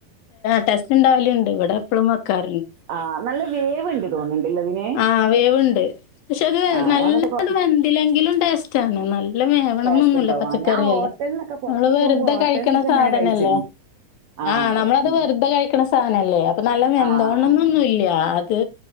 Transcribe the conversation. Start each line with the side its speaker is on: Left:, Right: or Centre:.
Left: ടെസ്റ്റ് ണ്ടാവല്ണ്ട് ഇവിടെപ്പളും വെക്കാറ്ണ്ട്
Right: ആഹ് നല്ല വേവ്ണ്ട് തോന്ന്ണ്ട്ല്ലെ തിന്
Left: ആ വേവ്ണ്ട് പക്ഷത്
Right: ആഹ്
Left: നല്ലണ്ട്
Right: ഞാൻ എന്നിട്ട്
Left: വെന്തിലെങ്കിലും ടേസ്റ്റാണ് നല്ല ല്ല വേവണംന്നൊന്നുല്ല
Right: ടേസ്റ്റ് ഉണ്ടാവും
Left: പച്ചക്കറിയല്ലേ
Right: ആ ഞാൻ ഹോട്ടലിന്നൊക്കെ പുറത്ത്
Left: നമ്മള് വെറുതെ
Right: പോകുമ്പോ ഹോട്ടലിന്നൊക്കെ
Left: കഴിക്ക്ണ സാധനല്ലേ
Right: ഇങ്ങനെ കഴിച്ചിക്ക്ണ്
Left: ആഹ്
Right: അതെ
Left: നമ്മളത്
Right: ഉം
Left: വെറുതെ കഴിക്കണ സാധനല്ലേ അപ്പൊ നല്ല വെന്തോണംന്നൊന്നുംല്ല
Right: ആഹ്
Left: അത്